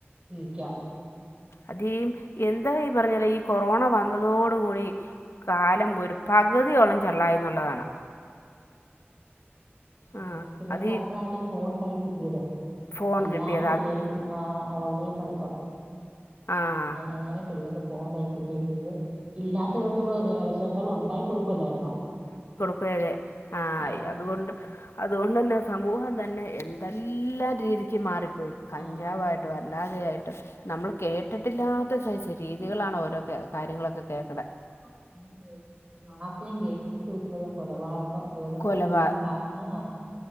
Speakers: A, on the right; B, on the left.
A: ഇരിക്ക
B: അതേം എന്ത ഈ പറഞ്ഞാല ഈ കൊറോണ വന്നതോടു കൂടി കാലം പോയിട്ട് പകുതിയോളം ചെള്ളായി ന്നുള്ളതാണ് ആഹ്
A: ആ പിള്ളേര്ക്കപ്പഴാണല്ലോ
B: അത്
A: ഈ ഫോൺ കയ് കിട്ട്യേത്
B: ഫോൺ
A: എല്ലാ
B: കിട്ടിയത്
A: പിള്ളേർക്കും
B: അത്
A: ആ ഓൺലൈൻ ട്ത്തം
B: ആഹ്
A: അങ്ങനെ പിള്ളേക്ക് ഫോൺ കൈ കിട്ടേ ചെയ്ത് ഇല്ലാത്ത <unintelligible> നമ്മള് <unintelligible> ഉണ്ടായി കൊടുക്കുവല്ലായിരുന്നോ
B: പ്പഴേ ആ
A: ആഹ്
B: അത് കൊണ്ട് അതോണ്ടെന്നെ സമൂഹം തന്നെ എന്തെല്ലാം രീതിക്ക് മാറിപ്പോയി കഞ്ചാവായിട്ടും
A: ആഹ്
B: അല്ലാതെയായി ട്ട് നമ്മള് കേട്ടിട്ടില്ലാത്ത സെയ്സ് രീതികളാണ് ഓരോ കാര്യങ്ങളൊക്കെ കേക്കണെ
A: <unintelligible> ആ സെയ്സില്ള്ള കൊലപാത കം ഏതൊക്കെ
B: കൊലപാ
A: രീതിയില് കാണാ